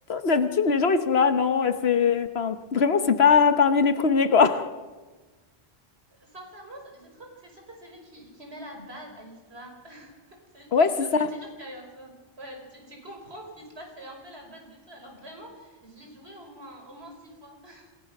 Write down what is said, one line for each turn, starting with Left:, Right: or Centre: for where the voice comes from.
Left: D'habitude, les gens, ils sont là, non, c'est... Enfin, vraiment, c'est pas parmi les premiers, quoi.
Right: Sincèrement, je trouve que c'est surtout celui qui, qui met la base à l'histoire. <laughs> C'est-
Left: Ouais, c'est
Right: Lorsque
Left: ça.
Right: tu lis Skyward Sword, ouais, tu, tu comprends ce qui se passe, c'est un peu la base de tout. Alors vraiment, je l'ai joué au moins, au moins six fois. <laughs>